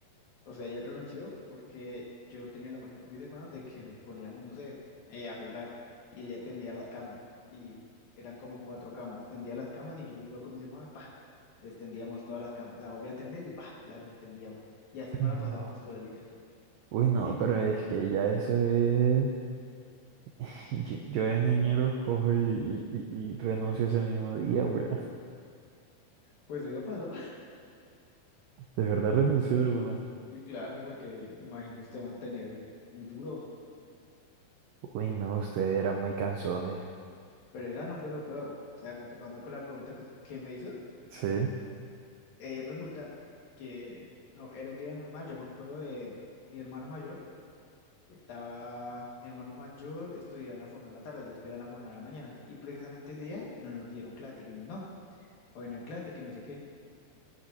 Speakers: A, on the left; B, on the right.
A: o sea, ella renunció porque yo tenía la mañana con mis hermanos de que nos poníamos, no sé, eh, a jugar y ella tendía las camas. Y eran como cuatro camas. Tendía las camas y yo iba con mis hermanos, pa, destendíamos todas las camas. La volví a tender y pa, las destendíamos. Y así
B: Uy,
A: no la
B: no.
A: pasábamos todo el día.
B: Uy, no,
A: Y
B: pero es que ya eso es... <laughs> Yo, yo de niñero cojo y, y, y y renuncio ese mismo día, weón.
A: pues eso pasó.
B: De verdad renuncio de una.
A: Y claro, porque imagínese mantener eso, muy duro.
B: Uy, no, ustedes eran muy cansones.
A: Pero esa no fue lo peor. O sea, retomando con la pregunta que, que me hizo,
B: Sí.
A: eh, resulta que no, era un día normal. Yo me acuerdo de mi hermano mayor, estaba, mi hermano mayor estudiaba en la forma de la tarde, yo estudiaba en la forma de la mañana. Y precisamente ese día no nos dieron clase. Dijimos, no, hoy no hay clase, que no sé qué.